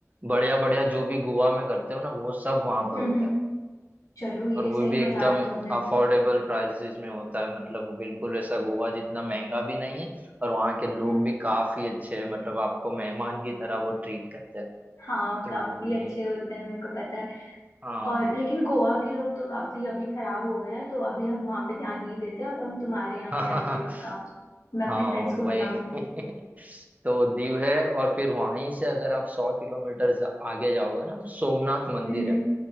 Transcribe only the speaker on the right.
बढ़िया बढ़िया जो भी गोवा में करते हो ना वो सब वहां पर
होता
है
और वो
भी एकदम
अफोर्डेबल प्राइसेस में होता है मतलब वो बिल्कुल ऐसा गोवा जितना महंगा भी नहीं है और वहाँ के लोग
भी काफी अच्छे हैं मतलब आपको मेहमान की तरह वो ट्रीट करते हैं
तो
वो
भी
हाँ
<laughs>
हाँ
वही
<laughs> तो दीव है और फिर वहीं से अगर आप सौ किलोमीटर जा- आगे जाओगे ना तो सोमनाथ मंदिर
है